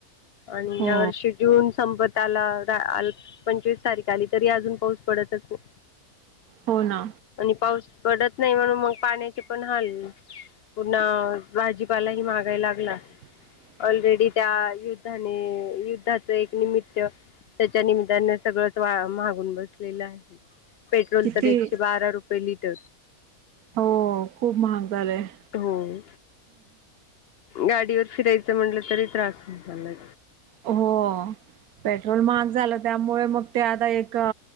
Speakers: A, on the left; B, on the right.
A: आणि
B: हो
A: या वर्षी जून संपत काल अ रा पंचवीस तारख आली तरी अजून पाऊस पडतच नाही.
B: हो ना
A: आणि पाऊस पडत नाही म्हणून मग पाण्याचे पण हाल पुन्हा भाजीपाला ही महागाय लागला
B: <unintelligible>
A: ऑलरेडी त्या युद्धाने युद्धाचं एक निमित्त त्याच्या निमित्ताने सगळंच महाग होऊन बसलेला आहे. पेट्रोल
B: किती
A: तर एकशे बारा रुपये लिटर
B: हो खूप महाग झालंय.
A: हो गाडीवर फिरायचं म्हटलं तरी त्रास होत चाललाय.
B: हो. पेट्रोल महाग झालं त्यामुळे मग ते आता एक अ